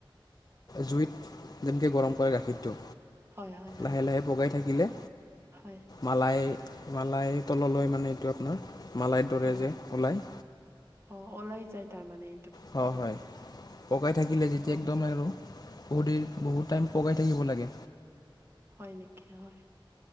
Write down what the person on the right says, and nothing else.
হয় হয় হয়
হয়
হয়
অ ওলাই যায় তাৰমানানে।
হয়
হয় নেকি হয়।